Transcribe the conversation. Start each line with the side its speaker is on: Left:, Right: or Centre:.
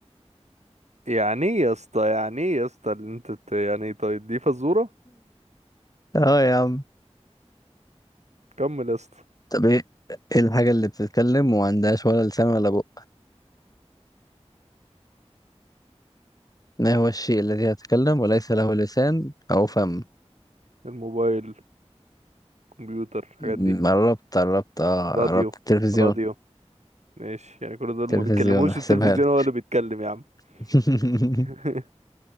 Right: يعني ايه يا اسطى يعني ايه يا اسطى اللي انت بت- يعني إيه؟ طيب دي فزوره
Left: اه يا عم
Right: كمل يا اسطى
Left: طب ايه ايه الحاجه اللي بتتكلم وما عندهاش ولا لسان ولا بق ما هو الشيء الذي يتكلم وليس له لسان أو فم
Right: الموبايل كمبيوتر الحاجات
Left: مم،
Right: دي
Left: قربت قربت اه
Right: راديو
Left: قربت التلفزيون
Right: راديو ماشي يعني كل دول
Left: تلفزيون
Right: ما بيتكلموش
Left: احسبها
Right: التلفزيون
Left: لك
Right: هو اللي بيتكلم يا عم
Left: <laughs>
Right: <laughs>